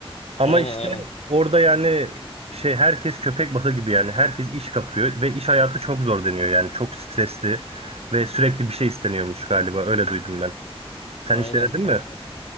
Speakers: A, on the right (about 75°); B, on the left (about 80°).
A: Ama
B: Aynen
A: işte
B: aynen.
A: orada yani şey herkes köpek balığı gibi yani herkes iş kapıyor ve iş hayatı çok zor deniyor yani çok stresli ve sürekli bir şey isteniyormuş galiba öyle duydum ben. Sen
B: Aynen
A: hiç denedin
B: aynen.
A: mi?